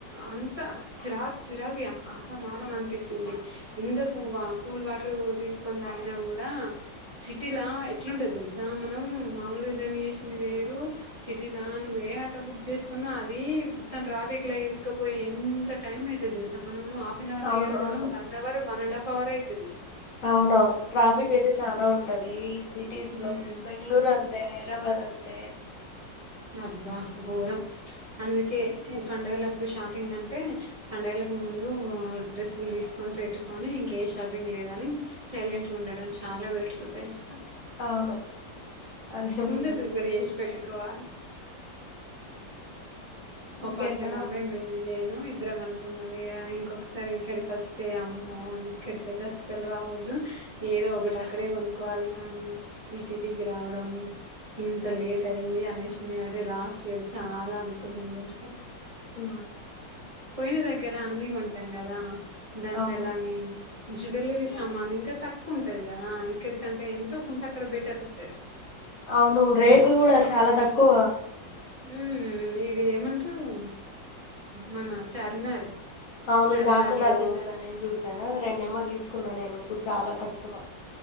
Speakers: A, on the right (about 40°); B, on the left (about 55°).
A: అంత చిరా చిరాకు ఇగ ఆగంమాగం అనిపించింది. ఎంత <unintelligible> కూల్ వాటర్ తీసుకొని తాగిన కూడా సిటీలా ఎట్లుంటది తెలుసా మనం మామూలుగా దేని చేసింది వేరు, సిటీలా నువ్వే ఆటో బుక్ చేసుకున్నా, అది మొత్తం ట్రాఫిక్ లా ఇరుకపోయి ఎంత టైమ్ అవుతుది తెలుస మనం హాఫ్న్ అవర్ల
B: అవును
A: ఎ ఏడుం
B: అవును
A: one hour one and half hour అయితది
B: అవునవును ట్రాఫిక్ అయితే చాల ఉంటది ఈ సిటీస్
A: ఉమ్
B: లో బెంగళూరు అంతే హైదరాబాద్ అంతే
A: అబ్బా ఘోరం అందుకే ఈ పండగలప్పుడు షాపింగ్ అంటే పండుగలకు ముందు డ్రెస్సులు తీసుకొని పెట్టుకొని ఇంకే షాపింగ్ లేదని సైలెంట్గ ఉండడం చాలా బెటర్ తెలుసా
B: అవును అదేమో
A: ముందే
B: నిజమే
A: ప్రిపేర్ చేసి పెట్టుకోవాలి మా
B: ఇంకెట్లనో
A: పక్కనమే <unintelligible> ఇద్దరం అనుకున్నవి ఇ ఇంకొకసారి ఇక్కడికి వస్తే అమ్మో ఇక్కడికైతే అసలు రావద్దు ఏదో ఒకటి అక్కడే కొనుక్కోవాలి గాని ఈ సిటీకి రావడం ఇంత లేట్ అయింది అనేసి మేము అదే లాస్ట్ ఇయర్ చాల అనుకున్నాం తెలుసా
B: ఆ
A: పోయిన దగ్గర అన్ని కొంటాం కదా దండలని
B: అవును
A: జ్యువెలరీ సామాన్ ఇంక తక్కువ ఉంటది కదా ఇక్కడికంటే ఎంతో కొంత అక్కడ బెటర్ ఉంటది
B: అవును రేట్లు కూడ చాలా తక్కువ
A: ఉ ఇది ఏమంటారు మన చార్మినారు
B: అవును
A: చార్మినారులో
B: చార్మినార్ దగ్గర నేను చూస రెండేమో తీసుకున్నా నేను చాల తక్కువ